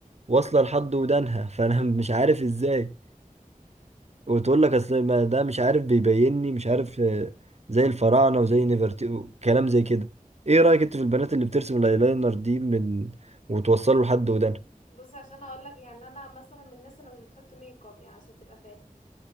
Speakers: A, on the right; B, on the left.
A: واصلة لحد ودانها فأنا <laughs> مش عارف ازاي وتقول لك أصل ما ده مش عارف بيبيني مش عارف آه، زي الفراعنة وزي نفرتي كلام زي كده ايه رأيك انت في البنات اللي بترسم الايلاينر دي من وتوصله لحد ودانها
B: بص عشان اقول لك يعني انا مثلا من الناس اللي مش بتحط ميك اب يعني عشان تبقى فاهم